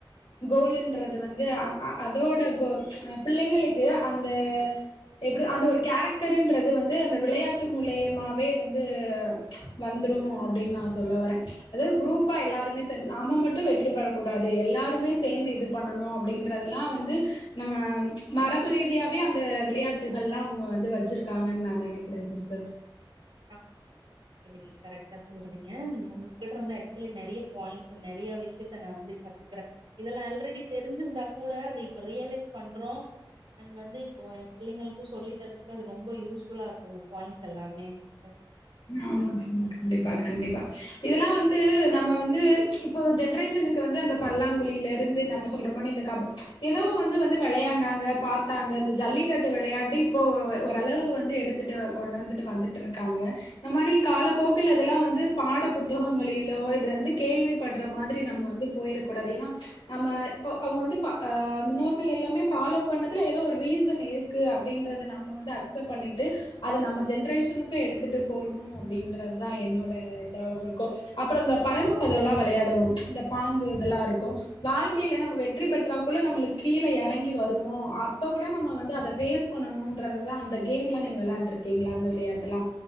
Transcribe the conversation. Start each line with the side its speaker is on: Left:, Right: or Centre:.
Left: கோல்ன்றது வந்து அ அ அதோட கோ பிள்ளைங்களுக்கு அந்த எப்டி அந்த ஒரு கேரக்டர் இன்றது வந்து அந்த விளையாட்டு மூலியமாவே வந்து வந்துடு அப்டின்னு நா சொல்ல வரே அது குரூப்பா எல்லாருமே சேந்து நாம மட்டு வெற்றி பெறக் கூடாது எல்லாரு எப்பவுமே சேந்து இது பண்ணணு அப்டின்றதெல்லா வந்து நம்ம மரபு ரீதியாவே அந்த விளாயாட்டுகள் எல்லா அவுங்க வந்து வச்சிருக்காங்கன்னு நா நினைக்கிறே சிஸ்டர்
Right: அ சரி கரெக்டா சொல்றீங்க நீங்க உங் இருந்து ஆக்சுவலி நெறைய பாயிண்ட்ஸ் நெறையா விஷயத் த்த நா வந்து கத்துக்கிறே இதுல அல்ரெடி தெரிஞ்சிருந்தா கூட அது இப்ப ரியலைஸ் பண்றோ அன் வந்து இப்போ என் பிள்ளைங்களுக்கு சொல்லி தருத் அது ரொம்ப யூஸ்ஃபுல்லா இருக்கு பாயிண்ட்ஸ் எல்லாமே அ
Left: ஆமா சார் கண்டிப்பா கண்டிப்பா இதெல்லா வந்து நம்ம வந்து இப்போ ஜென்ரேஷனுக்கு வந்து அந்த பல்லாங்குழில இருந்து நம்ம சொல்ற மாதிரி இந்த க ஏதோ வந்து வந்து விளையாண்டாங்க பார்த்தாங்க அந்த ஜல்லிக்கட்டு விளையாட்டு இப்போ ஓரளவு வந்து எடுத்துட்டு கொண்டு வந்துட்டு வந்துட்டு இருக்காங்க நம்ம இனி காலப்போக்குல இதெல்லா வந்து பாட புத்தகங்களிலோ இதுல வந்து கேள்வி படுற மாதிரி நம்ம வந்து போயிரக்கூடாது ஏன்னா நம்ம அவங்க வந்து அ முன்னோர்கள் எல்லாமே ஃபாலோ பண்ணதுல ஏதோ ஒரு ரீசன் இருக்கு அப்படின்றத நம்ம வந்து அக்செப்ட் பண்ணிட்டு அத நம்ம ஜென்ரேஷனுக்கு எடுத்துட்டு போடணு அப்டின்றது தா என்னோட இதாவு இருக்கு அப்புறோ இந்த பரம பதம்ல்லா விளையாடுவோ இந்த பாம்பு இதெல்லா இருக்கு வாழ்க்கையில நம்ம வெற்றி பெற்றா கூள்ள நம்மளுக்கு கீழே இறங்கி வருவோ அப்ப கூட நம்ம வந்து அதை ஃபேஸ் பண்ணணும்ன்றதுதா அந்த கேம் எலாம் நீங்க விளையாண்டு இருக்கீங்களா அந்த விளையாட்டு எல்லா